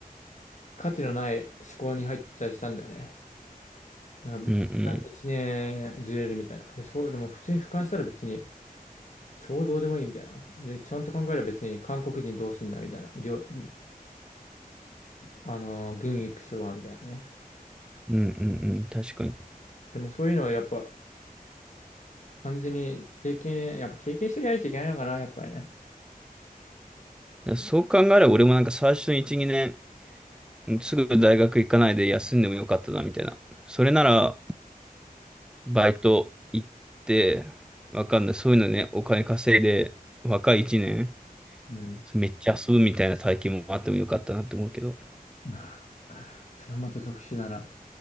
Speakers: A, on the left (about 50°); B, in the centre.
A: 価値のない思考に入ってたりしたんだよね。なんか、
B: うんうん。
A: 1年ずれるみたいな。で、そう、でも普通に俯瞰したら別に、超どうでもいいみたいな。で、ちゃんと考えれば別に韓国人どうすんだみたいな。りょ、んんあのー、軍行くそばみたいなね。
B: うんうんうん。確かに。だか
A: でもそういうのはやっぱ、完全に経験、やっぱ経験してないといけないのかな、やっぱりね。
B: らそう考えれば俺もなんか最初の1、2年、すぐ大学行かないで休んでもよかったなみたいな。それならバイト行って、わかんない。そういうのね、お金稼いで、若い1年、
A: うん
B: めっちゃ遊ぶみたいな体験もあってもよかったなって思うけど。
A: <laughs> それはまた特殊だな。